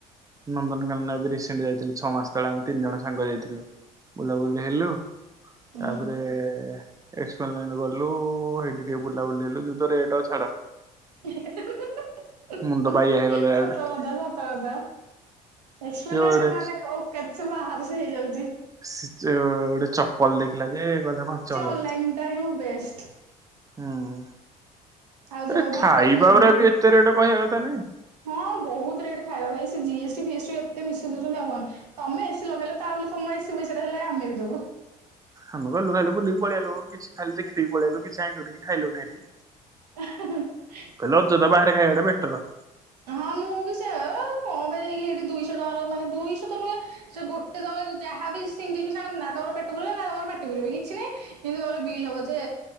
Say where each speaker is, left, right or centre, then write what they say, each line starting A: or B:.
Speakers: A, on the right; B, on the right.
A: ନନ୍ଦନକାନନ ଏବେ ରିସେଣ୍ଟ ଯାଇଥିଲି ଛଅ ମାସ ତଳେ ଆମେ ତିନି ଜଣ ସାଙ୍ଗ ଯାଇଥିଲୁ। ବୁଲାବୁଲି ହେଲୁ
B: ହୁଁ।
A: ତାପରେ ଏକ୍ସପ୍ଲାନେଟ ଗଲୁ ହେଇଟି ଟିକେ ବୁଲାବୁଲି ହେଲୁ ଯୋଉ ତ ରେଟ ଅ ଛାଡ।
B: <inaudible>
A: ମୁଣ୍ଡ ବାଇଆ ହେଇଗଲେ ଡାଇରେକ୍ଟ।
B: ସତ କଥା ସତ କଥା ଏକ୍ସପ୍ଲାନେଟ
A: ସେ ଗୋଟେ
B: ମାନେ ଓଉକାତ୍ ସେ ବାହାର ସେ ହେଇଯାଉଛି।
A: ସେ ଗୋଟେ ଚପଲ ଦେଖିଲା ଯେ କହିଲା ପାଞ୍ଚ ହଜାର।
B: ଅନଲାଇନ୍ ଟା ହିଁ ବେଷ୍ଟ।
A: ହୁଁ,
B: ଆଉ
A: ଆରେ
B: ଯୋଉ ମାର୍କେଟ
A: ଖାଇବା
B: ବିଲ୍ଡିଂ
A: ଗୁରା ବି ଏତେ ରେଟ କହିବା କଥା ନାଇଁ।
B: ହଁ ବୋହୁତ ରେଟ୍ ଖାଇବା ଭାଇ ସେ ଜିଏସ୍ ଟି ଫିଏସ୍ ଟି ଏତେ ମିଶେଇ ଦୋଉଛନ୍ତି ଆଉ କହେ ତମେ ଏସି ଲଗେଇ ତା ବୋଲି ତମ ଏସି ପଇସାଟା ହେଲେ ଆମେ ବି ଦେବୁ।
A: ଆମେ ଗଲୁ ଖାଇଲୁ ବୁଲିକି ପଳଆଲୁ କିଛି ଖାଲି ଦେଖିଦେଇକି ପଳେଇଆଲୁ କିଛି ଆଣିଲୁନି କି ଖାଇଲୁନି ହେଟି।
B: <unintelligible>
A: ଖାଲି ଅଯଥା ବାହାରେ ଖାଇବାଟା ବେଟର।
B: ହଁ ମୁଁ ବି ସେୟା କଣ ପାଇଁ ଯାଇକି ହେଇଠି ଦୁଇଶହ ଟଙ୍କାର ମାନେ ଦୁଇଶହ ତ ନୁହେଁ ସେ ଗୋଟେ ଦବାକୁ ଯାହା ବି ସିଙ୍ଗଲ ପି ଆଣ ନା ତମର ପେଟ ପୁରିବ ନା ତମର ମାଟି ପୁରିବ କିଛି ନାଇଁ। କିନ୍ତୁ ତମର ବିଲ୍ ହବ ଯେ